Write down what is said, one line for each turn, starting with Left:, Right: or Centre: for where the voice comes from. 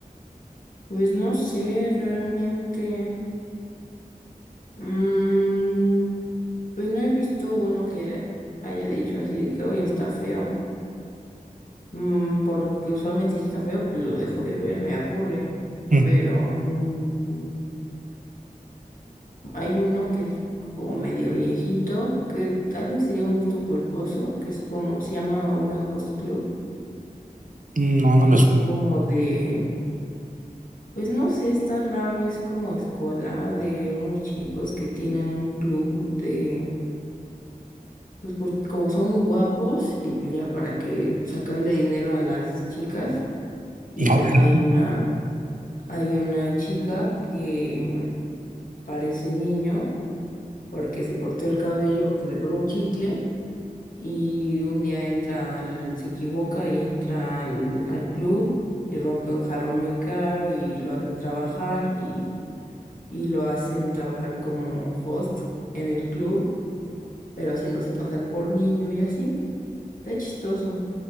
Left: Pues no sé realmente. Mm, pues no he visto uno que haya dicho así de que hoy está feo. Mm, porque usualmente si está feo, pues lo dejo de ver, me aburre.
Right: <laughs> Ujú.
Left: Pero mm, hay uno que es como medio viejito, que tal vez sería un gusto culposo, que es como, se llama Orange Host Club.
Right: No, no
Left: Es
Right: me suena.
Left: como de Pues no sé, está raro, es como escolar de unos chicos que tienen un club de, pues por, como son guapos y pues ya para que sacarle dinero a las chicas y
Right: No,
Left: ya
Right: no,
Left: hay una, hay una chica que parece niño porque se cortó el cabello, porque se le pegó un chicle y un día entra, al- se equivoca y entra al al club y rompe un jarrón muy caro y lo hace trabajar y y lo hacen trabajar como host en el club, pero haciéndose pasar por niño y así. Está chistoso.